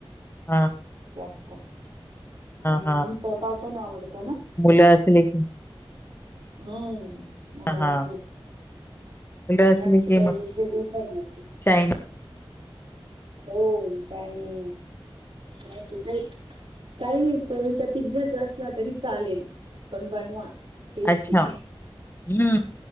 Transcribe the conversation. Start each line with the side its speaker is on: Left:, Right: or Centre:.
Left: हा
Right: जास्त आणि
Left: हां.
Right: मिसळपाव पण आवडतो ना
Left: मुलं असले की,
Right: हम्म मलाज
Left: हां, हां. मुलं
Right: मुलाचा
Left: असली की
Right: काही
Left: मग
Right: वेगळं फर्माईश असते.
Left: चायनीज.
Right: हो काय नाहीयच काही. काही पोळीचा पिझ्झाचा असला तरी चालेल पण बनवा. टेस्टी.
Left: अच्छा हम्